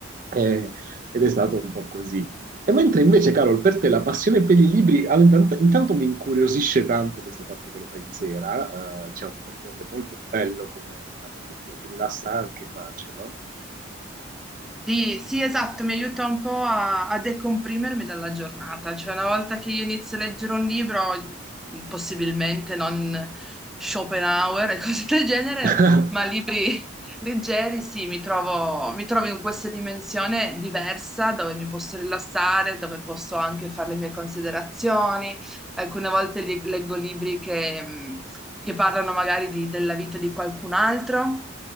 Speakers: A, on the right (about 40°); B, in the centre.
A: Eh, ed è stato un po' così. E mentre invece, Carol, per te la passione per i libri, allora, intanto, intanto mi incuriosisce tanto questo fatto che lo fai di sera, eh, diciamo, perché è molto bello come abitudine, ti rilassa anche, immagino, no?
B: sì, sì, esatto, mi aiuta un po' a, a decomprimermi dalla giornata, cioè una volta che io inizio a leggere un libro, possibilmente non Schopenhauer e <laughs> cose del genere,
A: <laughs>
B: ma libri leggeri, sì, mi trovo, mi trovo in questa dimensione diversa dove mi posso rilassare, dove posso anche fare le mie considerazioni, alcune volte li- leggo libri che... mh, che parlano magari di- della vita di qualcun altro